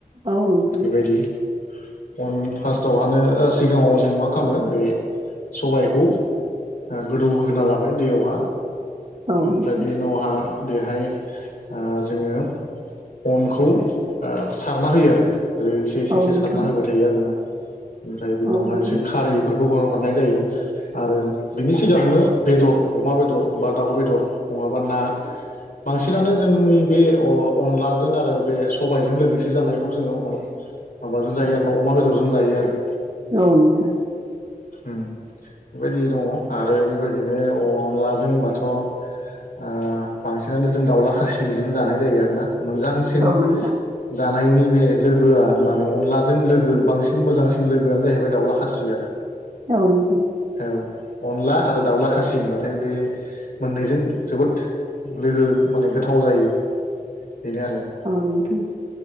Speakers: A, on the right (about 40°); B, on the left (about 70°).
A: औ नोंथां
B: बेबायदि अन फार्स्टआवहानो सिगाङाव जों मा खालामो बे सबायखौ ओ गोदौहोग्रोना लाबाय दैयावहा
A: औ
B: ओमफ्राय बेनि उनावहा बेहाय ओ जोङो अनखौ ओ सा सारना होयो आरो ओै एसे एसे एसे
A: नोंथां
B: सारना होबाय थायो आरोना ओमफ्राय बि उनावहाय
A: औ नोंथां
B: एसे खारैफोर गहर हरनाय जायो। आरो बिनि सिगाङावनो बेदर अमा बेदर बा दाउ बेदर नङाबा ना। बांसिनानो जोंनि बे अ-अनलाजों आरो बे सबायजों लोगोसे सि जानायखौ जोङो अन माबाजों जायो आरो ना अमा बेदरजों जायो आरो।
A: औ नोंथां।
B: उम बेबायदि दङ आरो बेबायदिनो अनलाजोंबाथ' ओ बांसिनानो जों दाउला खासिजों जानाय जायो आरोना मोजांसिन
A: औ नोंथां औ नोंथां
B: जानायनि बे लोगोआ होमबानो अनलाजों लोगो बांसिन मोजांसिन लोगोआनो जाहैबाय दाउला खासि आरो।
A: औ नोंथां।
B: औ अनला आरो दाउला खासि होमबाथाय बे मोननैजों जोबोद लोगो माने गोथाव जायो बेनो आरो।
A: औ नोंथां